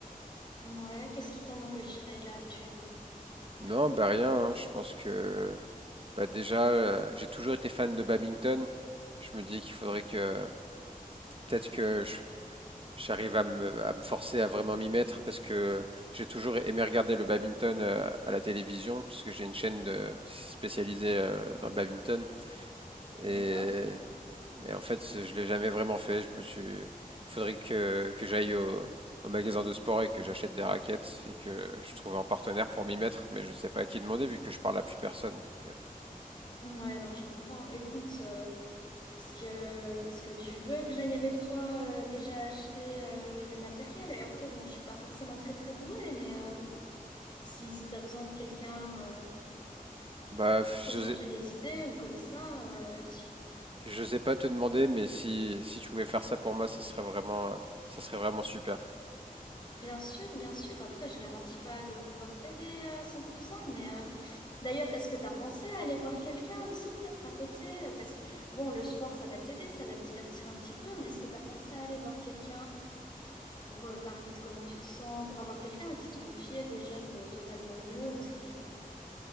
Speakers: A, on the left; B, on the right.
A: Ouais, qu'est-ce qui t'en empêcherait là actuellement?
B: Non, bah rien, hein, je pense que bah déjà, euh, j'ai toujours été fan de badminton. Je me dis qu'il faudrait que peut-être que je j'arrive à me, à me forcer à vraiment m'y mettre parce que j'ai toujours aimé regarder le badminton euh, à la télévision parce que j'ai une chaîne de, spécialisée euh, dans le badminton et,
A: D'accord.
B: et en fait je l'ai jamais vraiment fait. Je me suis, il faudrait que, que j'aille au, au magasin de sport et que j'achète des raquettes et que je trouve un partenaire pour m'y mettre, mais je sais pas à qui demander vu que je parle à plus personne. Donc, euh,
A: Ouais, non, je comprends. Écoute. euh, Est-ce que, est-ce que tu veux que j'aille avec toi euh, déjà acheter euh, le matériel? Et après, bon, je suis pas forcément très très douée, mais euh, si, si t'as besoin de quelqu'un euh,
B: bah
A: pour te
B: je
A: changer
B: sais,
A: les idées ou comme ça, euh,
B: je sais pas te demander, mais si si tu pouvais faire ça pour moi, ça serait vraiment euh, ça serait vraiment super.
A: bien sûr, bien sûr. Après, je garantis pas de pouvoir t'aider à 100%, mais euh, d'ailleurs, est-ce que t'as pensé à aller voir quelqu'un aussi peut-être à côté? euh, Parce que, bon, le sport, ça va t'aider, ça va te divertir un petit peu, mais est-ce que t'as pensé à aller voir quelqu'un pour euh, parler de comment tu te sens, pour avoir quelqu'un à qui te confier déjà de totalement neutre. Et, euh,